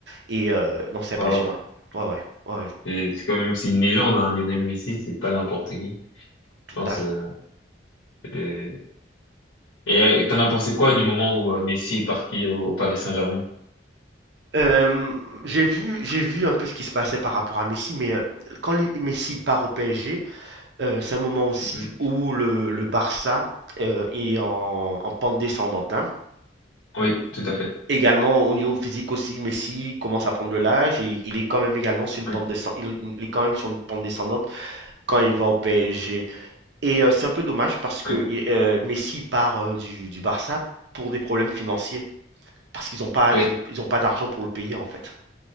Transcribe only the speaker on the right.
Et euh, non, c'est impressionnant.
Ouais, ouais, ouais, ouais,
tout
à fait.
Euh, j'ai vu, j'ai vu un peu ce qui se passait par rapport à Messi, mais euh, quand les- Messi part au PSG, Euh, c'est un moment aussi
où le, le Barça euh, est en, en pente descendante. hein.
Également au niveau physique aussi, Messi commence à prendre de l'âge et il est quand même également sur une
pente descendante. Il, il est quand même sur une pente descendante quand il va au PSG. Et euh, c'est un peu dommage parce que
euh, Messi part euh, du, du Barça pour des problèmes financiers. Parce qu'ils n'ont pas,
ils ont, ils ont pas d'argent pour le payer en fait.